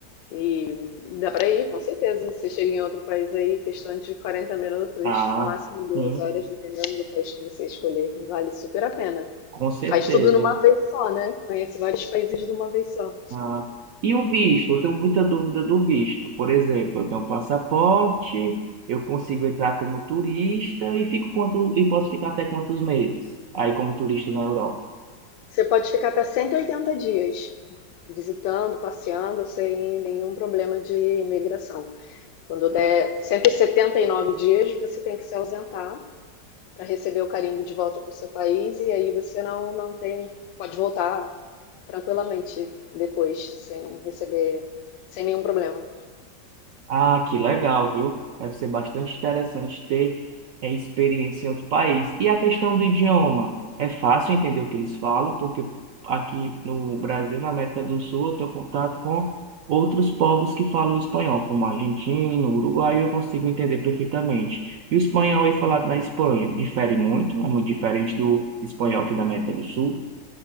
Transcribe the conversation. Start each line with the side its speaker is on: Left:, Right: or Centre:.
Left: E dá para ir, com certeza. Você chega em outro país aí, questão de 40 minutos,
Right: Ah,
Left: no máximo duas
Right: sim,
Left: horas, dependendo do país que você escolher. Vale super a pena.
Right: com certeza.
Left: Faz tudo numa vez só, né? Conhece vários países de uma vez só.
Right: Ah, e o visto? Eu tenho muita dúvida do visto. Por exemplo, eu tenho um passaporte, eu consigo entrar como turista e fico quanto, e posso ficar até quantos meses aí como turista na Europa?
Left: Você pode ficar até 180 dias visitando, passeando, sem nenhum problema de imigração. Quando der 179 dias, você tem que se ausentar para receber o carimbo de volta para o seu país e aí você não, não tem, pode voltar tranquilamente depois, sem receber, sem nenhum problema.
Right: Ah, que legal, viu? Deve ser bastante interessante ter é, experiência em outro país. E a questão do idioma? É fácil entender o que eles falam, porque aqui no Brasil, na América do Sul, eu tenho contato com outros povos que falam espanhol, como argentino, uruguaio, eu consigo entender perfeitamente. E o espanhol aí falado na Espanha difere muito, é muito diferente do espanhol aqui da América do Sul.